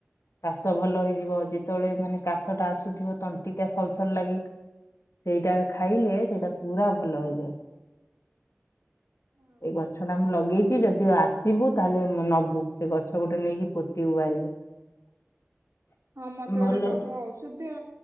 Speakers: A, on the left; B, on the right.
A: କାଶ ଭଲ ହେଇଯିବ ଯେତେବେଳେ ମାନେ କାଶଟା ଆସୁଥିବ ତଣ୍ଟିଟା ସଲ୍ ସଲ୍ ଲାଗେ। ସେଇଟା ଖାଇଲେ
B: ହଁ
A: ସେଇଟା ପୁରା ଭଲ ହେଇଯାଏ।
B: ହଁ
A: ଏଇ ଗଛ ଟା ମୁଁ ଲଗେଇ କି ଯଦି ଆସିବୁ ତାହେଲେ ମୁଁ ନବୁ ସେ ଗଛ ଗୋଟେ ନେଇକି ପୋତିିବୁ ବାରିରେ। <inaudible>
B: ହଁ ମୋତେ
A: ଭଲ
B: ଗୋଟେ ଦବୁ ଆଉ ଔଷଧୀୟ